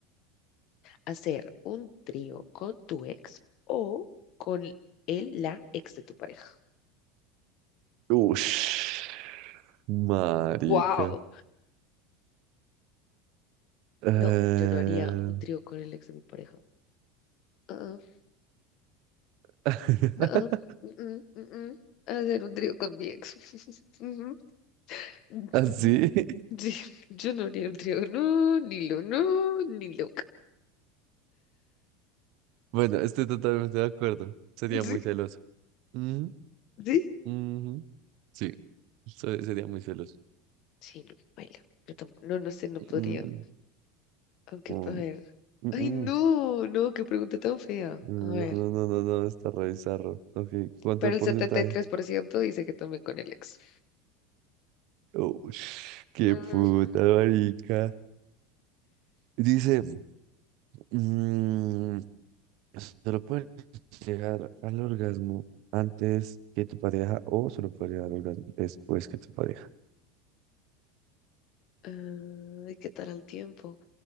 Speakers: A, on the left; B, on the right.
A: Hacer un trío con tu ex o con el, la ex de tu pareja.
B: Ush, marica.
A: ¡Wow!
B: Eh,
A: No, yo no haría un trío con el ex de mi pareja. Ah, ah,
B: <laughs>
A: no, ah, mm, mm, mm, mm. Hacer un trío con mi ex. <laughs> Ujú, ujú.
B: Así.
A: Sí, yo no haría un trío. No, ni lo, no, ni loca.
B: Bueno, estoy totalmente de acuerdo. Sería
A: Sí,
B: muy celoso. Ujú,
A: sí.
B: ujú. Sí, se- sería muy celoso.
A: Sí, no, baila. Yo tampoco, no, no sé, no podría.
B: Mm,
A: Aunque,
B: mm,
A: a ver.
B: mm,
A: Ay,
B: mm.
A: no, no, qué pregunta tan fea.
B: No,
A: A ver,
B: no, no, no, no, está re bizarro. Ok, ¿cuánto
A: pero
B: de
A: el
B: porcentaje?
A: setenta y tres por ciento dice que también con el ex.
B: Oh, <sniffs> qué
A: Ujú.
B: puta marica. Dice, mm, solo puedes llegar al orgasmo antes que tu pareja o solo puedes llegar al orgasmo después que tu pareja.
A: Ah, ¿Y ¿qué tal el tiempo?